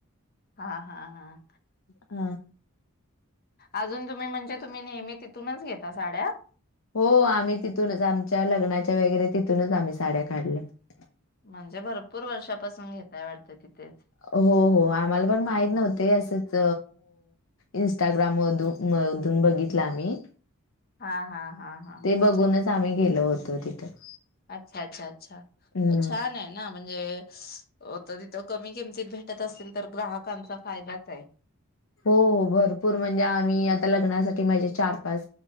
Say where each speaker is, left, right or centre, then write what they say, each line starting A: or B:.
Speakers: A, on the left (about 45°); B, on the left (about 65°).
A: हा हा हा
B: अ
A: अजून तुम्ही म्हणजे तुम्ही नेहमी तिथूनच घेता साड्या
B: हो आम्ही तिथूनच आमच्या लग्ना वगैरे तिथूनच आम्ही साड्या काढल्यात
A: म्हणजे भरपूर वर्षापासून घेताय वाटतं तिथे?
B: हो हो आम्हाला पण माहित नव्हते असंच इनस्टाग्राम मधून मधून बघितलं आम्ही
A: हा हा हा हा
B: ते
A: अच्छा
B: बघूनच
A: अच्छा.
B: आम्ही गेलो होतो तिथं
A: अच्छा अच्छा अच्छा
B: हम्म.
A: छान आहे ना म्हणजेत तथ कमी किमती ते भेटत असल तर ग्राहकांचा फायदाच आहे.
B: हो भरपूर म्हणजे आम्ही आता लग्नासाठी माझ्या चार पाच